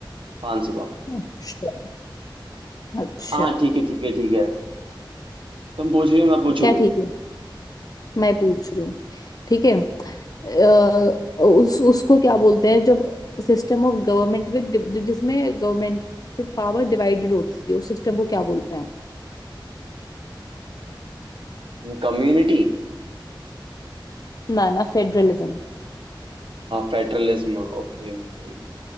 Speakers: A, on the right; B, on the left.
A: पाँच सौ बावन
B: अच्छा अच्छा
A: हाँ ठीक है ठीक है ठीक है तुम पूछ रहे हो मैं पूछूं
B: क्या ठीक है मैं पूछ रही हूँ ठीक है अ, उस उसको क्या बोलते हैं जब सिस्टम ऑफ गवर्नमेंट विद जिसमें गवर्नमेंट पावर डिवाइडेड होती है उस सिस्टम को क्या बोलते हैं
A: कम्युनिटी
B: ना ना फेडरलिज्म
A: Federalism okay okay